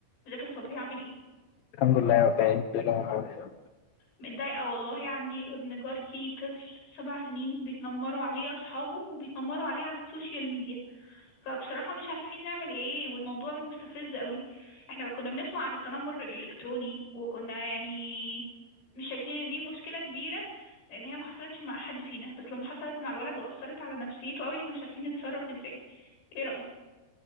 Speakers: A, on the left; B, on the left.
A: ازيك يا صبري عامل ايه
B: الحمد لله يا وفاء انت ايه الاخبار
A: متضايقه والله عندي ابن جارتي طفل سبع سنين بيتنمروا عليه اصحابه وبيتنمروا عليه على السوشيال ميديا فبصراحه مش عارفين نعمل ايه والموضوع مستفز قوي احنا كنا بنسمع عن التنمر الالكتروني وكنا يعني مش شايفين ان دي مشكله كبيره لان هي ما حصلتش مع حد فينا بس لما حصلت مع الولد واثرت على نفسيته قوي احنا مش عارفين نتصرف ازاي ايه رايك